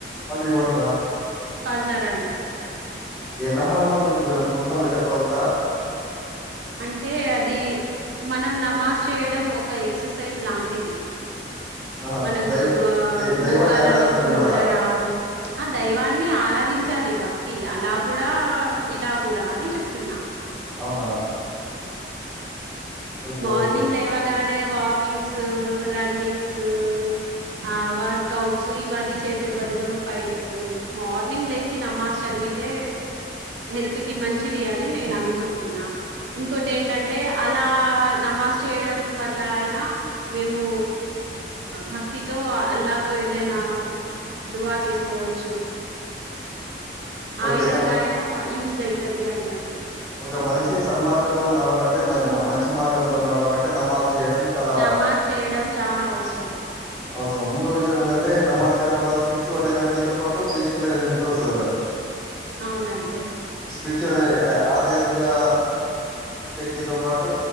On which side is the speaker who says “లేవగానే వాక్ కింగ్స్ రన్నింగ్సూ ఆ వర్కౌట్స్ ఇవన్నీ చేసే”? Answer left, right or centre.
Right